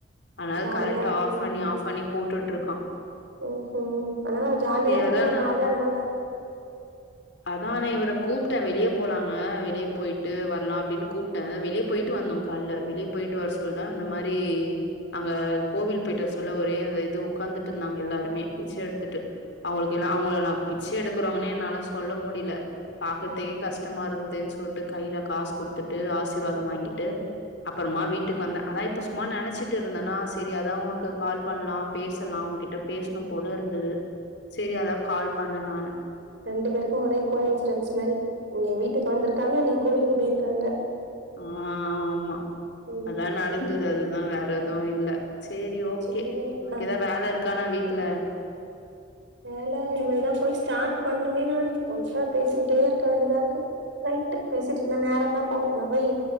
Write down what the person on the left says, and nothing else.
அதுனால
கரண்ட்
ஆஃப் பண்ணி ஆஃப் பண்ணி போட்டுட்டுருக்கா
அதான்
அதா நா இவர கூப்ட்டே வெளிய போலாங்க வெளிய போயிட்டு வரலா அப்டின் கூப் ட வெளியே போயிட் வந்தோ கால்ல வெளியே போயிட்டு வர சொல் தா இந்த மாரி அங்க கோவில் போயிட் வர சொல்லோ ஒரே அந்த இது உக்காந்துட்டு இருந்தாங்க எல்லாருமே பிச்ச எடுத்துட்டு அவங்களுக்கெல்லா அவுங்கள நா பிச்ச எடுக்குறவங்கனே என்னால சொல்ல முடில பாக்குத்தே கஷ்டமா இருக்குதுன் சொல்ட்டு கையில காசு குடுத்துட்டு ஆசீர்வாதம் வாங்கிட்டு அப்புறமா வீட்டுக் வந்த அதா இப்ப சும்மா நினச்சிட் இருந்தனா சேரி அதா உனக்கு கால் பண்லா பேசலா உகிட்ட பேசனு போல இருந்தது சேரி அதா கால் பண்ண நானு
ஆமா
அதா நடந்தது அதுதா வேற எதுவு இல்ல சேரி ஓகே
உனக்
எதா வேல இருக்கானா வீட்ல